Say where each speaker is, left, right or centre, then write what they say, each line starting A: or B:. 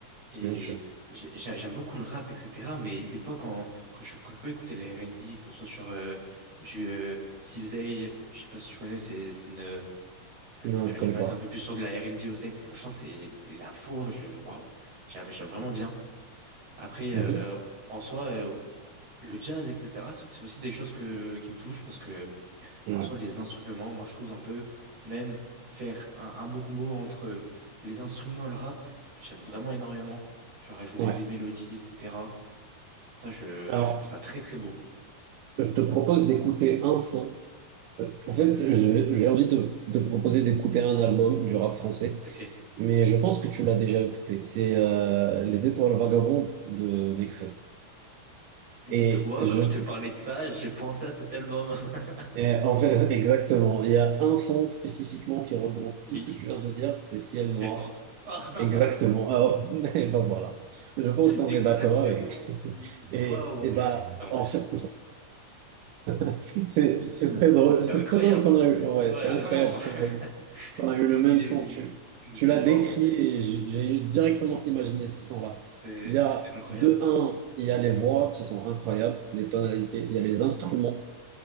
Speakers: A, on the right; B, on the right.
A: et
B: bien sûr.
A: j'ai- j'ai- j'aime beaucoup le rap, etc. Mais des fois, quand, quand je, quand je peux écouter les R&B, que ce soit sur euh, du euh, CZA, je sais pas si tu connais, c'est c'est une. euh, Elle
B: Non,
A: est,
B: je
A: elle
B: connais
A: est basée
B: pas.
A: un peu plus sur de la R&B au States. Et Franchement, c'est la voix, je, waouh, j'aime j'aime vraiment bien. Après, euh,
B: Mhm.
A: en soi, euh, le jazz, etc., c'est c'est aussi des choses que, qui me touchent parce que,
B: Ouais,
A: bon, en soi, les instruments, moi, je trouve un peu, même faire un, un beau combo entre les instruments et le rap, j'aime vraiment énormément. Genre ajouter
B: ouais.
A: des mélodies, etc. Putain, je,
B: Alors,
A: je trouve ça très, très beau.
B: je te propose d'écouter un son. Euh, En
A: Hmm.
B: fait, je- j'ai envie de, de te proposer d'écouter un album du rap français,
A: Ok.
B: mais je pense que tu l'as déjà écouté. C'est euh, Les Étoiles Vagabondes de Nekfeu.
A: Dis-toi,
B: Et je,
A: quand je te parlais de ça, j'ai pensé à cet album. <laughs>
B: Et en fait, <laughs> exactement. Il y a un son spécifiquement qui regroupe
A: Oui,
B: tout ce que tu viens de dire, c'est ciel
A: ciel
B: noir.
A: noir. <laughs>
B: Exactement. Ah, hop. <laughs> et ben voilà. Je pense qu'on
A: Exactement,
B: est d'accord avec.
A: oui.
B: <laughs> Et,
A: Waouh,
B: et ben,
A: c'est impressionnant.
B: en fait, <laughs> c'est c'est très
A: <laughs>
B: drôle.
A: C'est
B: C'est
A: incroyable.
B: très drôle qu'on a eu. Ouais,
A: Ouais,
B: c'est incroyable
A: vraiment.
B: qu'on a eu,
A: <laughs>
B: qu'on a eu
A: connais
B: le même
A: les-
B: son. Tu,
A: les-
B: tu l'as
A: Waouh,
B: décrit et j'ai j'ai directement imaginé ce son-là.
A: c'est
B: Il y a,
A: c'est incroyable.
B: de un, il y a les voix qui sont incroyables, les tonalités, il y a les instruments